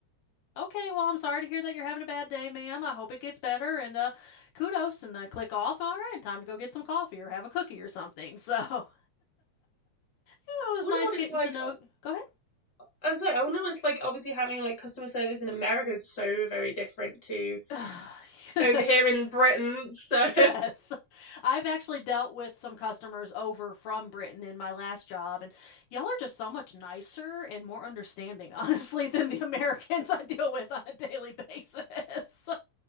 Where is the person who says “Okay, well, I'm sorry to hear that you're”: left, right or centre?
Left